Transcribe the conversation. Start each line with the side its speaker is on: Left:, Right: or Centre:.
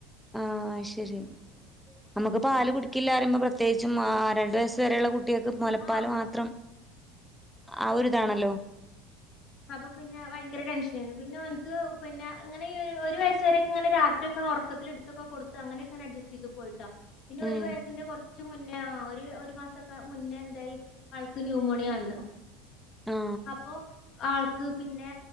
Centre: ആ അയ് ശരി നമ്മക്ക്
Left: അപ്പൊ
Centre: പാല്
Left: പിന്നെ
Centre: കുടി ക്കില്ലറീമ്പ പ്രത്യേകിച്ചുംആ രണ്ടു വയസ്സ് വരെള്ള കുട്ട്യേൾക്ക് മൊലപ്പാല്
Left: ആഹ്
Centre: മാത്രം ആ ഒര് താണല്ലോ
Left: അപ്പ പിന്നെ വയങ്കര ടെൻഷനെയ്ന്നു. പിന്നോന്ക് പിന്ന ങ്ങനെ ഈ ഒരു വയസ് വരക്ക ങ്ങനെ രാത്രിയൊക്കെ ഒറക്കത്തില് ഇടു ട്ത്തൊക്ക ക്കൊട്ത്തങ്ങനെകനെ അഡ്ജസ്റ്റീത് പോയിട്ടോ പിന്നൊരു
Centre: ഉം
Left: വയസിന്റെ കൊറ ച്ച് മുന്നേ ആ ഒരു ഒരു മാസക്ക മുന്നേ എന്തായി ആൾക്ക് ന്യൂമോണിയ വന്ന്
Centre: ആ
Left: അപ്പൊ ആൾക്ക് പിന്നെ